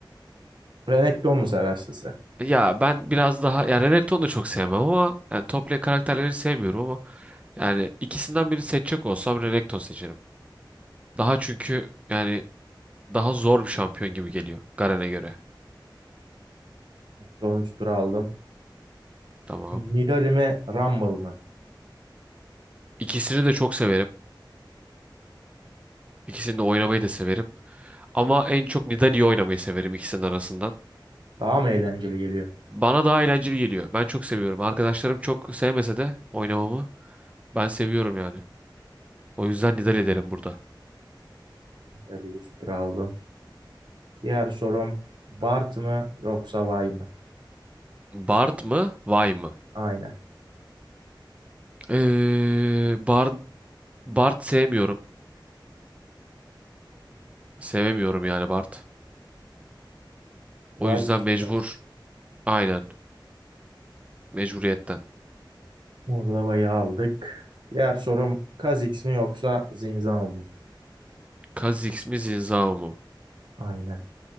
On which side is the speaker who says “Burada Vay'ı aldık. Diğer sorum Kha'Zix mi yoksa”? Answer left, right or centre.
Right